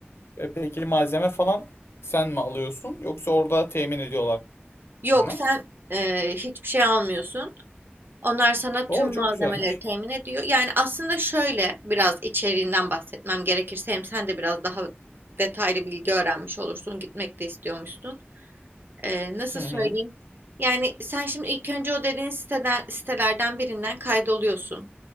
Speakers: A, on the left; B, on the right.
A: e, peki malzeme falan sen mi alıyorsun yoksa orada temin ediyorlar
B: Yok
A: mı?
B: sen e, hiçbir şey almıyorsun. Onlar sana
A: Oo
B: tüm
A: çok
B: malzemeleri
A: güzelmiş.
B: temin ediyor. Yani aslında şöyle biraz içeriğinden bahsetmem gerekirse hem sen de biraz daha detaylı bilgi öğrenmiş olursun. Gitmek de istiyormuşsun. Ee, nasıl
A: Hı
B: söyleyeyim?
A: hı.
B: Yani sen şimdi ilk önce o dediğin siteden, sitelerden birinden kaydoluyorsun.